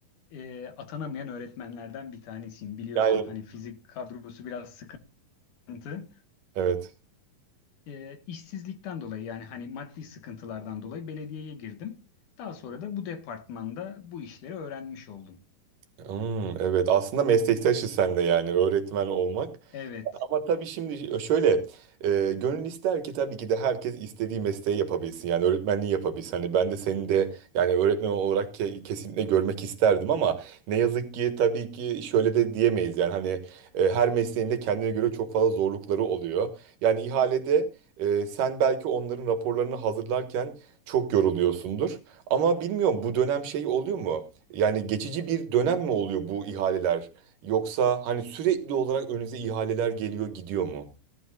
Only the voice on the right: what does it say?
Yani
evet.
Hmm, evet. Aslında meslektaşız sen de yani öğretmen olmak.
Ama tabii şimdi şöyle e, gönül ister ki tabii ki de herkes istediği mesleği yapabilsin. Yani öğretmenliği yapabilsin. Hani ben de seni de yani öğretmen olarak ke- kesinlikle görmek isterdim ama ne yazık ki tabii ki şöyle de diyemeyiz. Yani hani e, her mesleğin de kendine göre çok fazla zorlukları oluyor. Yani ihalede e, sen belki onların raporlarını hazırlarken çok yoruluyorsundur. Ama bilmiyorum bu dönem şey oluyor mu? Yani geçici bir dönem mi oluyor bu ihaleler? Yoksa hani sürekli olarak önünüze ihaleler geliyor gidiyor mu?